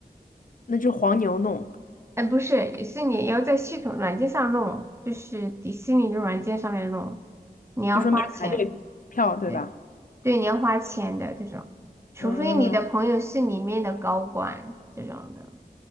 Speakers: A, on the left; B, on the right.
A: 那就黄牛弄，
B: 哎，不是，是你要在系统软件上弄，就是迪士尼的软件上面弄，你要花钱，
A: 就说免排队票，对吧？
B: 对对，你要花钱的这种，除非你的朋友是里面的高管这种的，
A: 啊，